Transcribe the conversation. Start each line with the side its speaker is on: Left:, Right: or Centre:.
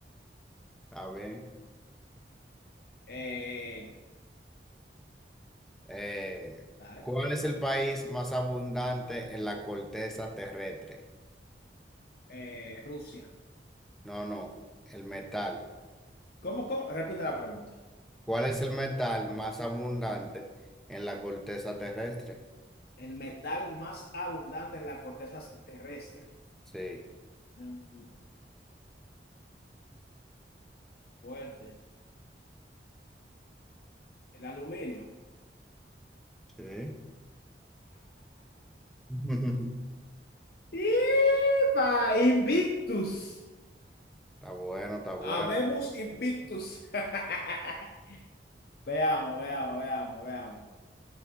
Centre: A ver.
Left: Eh,
Centre: Eh,
Left: dale.
Centre: ¿cuál es el país más abundante en la corteza terrestre?
Left: Eh, Rusia.
Centre: No, no, el metal.
Left: ¿Cómo, cómo? Repite la pregunta.
Centre: ¿Cuál es el metal más abundante en la corteza terrestre?
Left: El metal más abundante en la corteza terrestre.
Centre: Sí,
Left: Mm, fuerte. El aluminio.
Centre: sí. <laughs>
Left: ¡Ipa! Invictus.
Centre: Está bueno, está bueno.
Left: Habemos Invictus. <laughs> Veamos, veamos, veamos, veamos.